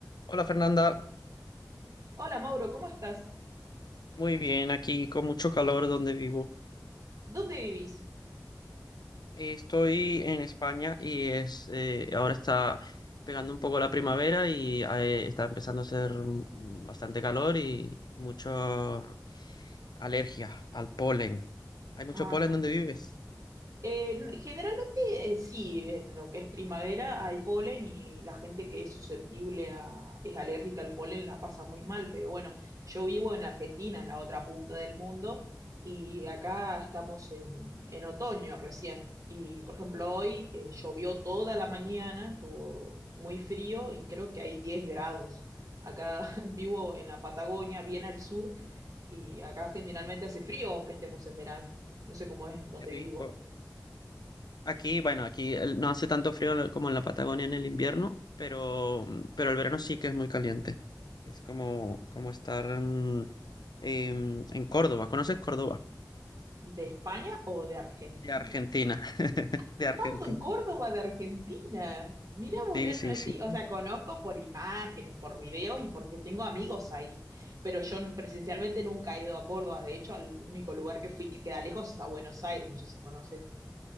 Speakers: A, on the left; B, on the right.
A: Hola Fernanda,
B: Hola Mauro, ¿cómo estás?
A: muy bien, aquí con mucho calor donde vivo.
B: ¿Dónde vivís?
A: Eh, Estoy en España y es eh, ahora está pegando un poco la primavera y eh, está empezando a hacer mm, bastante calor y, y mucho alergia al polen. ¿Hay mucho
B: Ah,
A: polen donde vives?
B: Eh, n- generalmente eh, sí, en lo que es primavera hay polen y la gente que es susceptible a, es alérgica al polen la pasa muy mal, pero bueno, yo vivo en Argentina, en la otra punta del mundo, y acá estamos en, en otoño recién. Y por ejemplo, hoy eh, llovió toda la mañana, estuvo muy frío y creo que hay 10 grados. Acá <laughs> vivo en la Patagonia, bien al sur, y acá generalmente hace frío aunque estemos en verano. No sé cómo es en donde
A: Qué rico.
B: vivís
A: Aquí, bueno, aquí el- no hace tanto frío en la- como en la Patagonia en el invierno, pero, pero el verano sí que es muy caliente. Es como, como estar mm, em, en Córdoba. ¿Conoces Córdoba?
B: ¿De España o de Argentina?
A: De Argentina, de
B: He
A: Argentina.
B: estado en Córdoba de Argentina. Mira, vos,
A: Sí,
B: no- no-
A: sí, sí.
B: sí, o sea, conozco por imágenes, por videos y porque tengo amigos ahí, pero yo n- presencialmente nunca he ido a Córdoba. De hecho, al único lugar que fui que queda lejos es a Buenos Aires, no sé si conoces.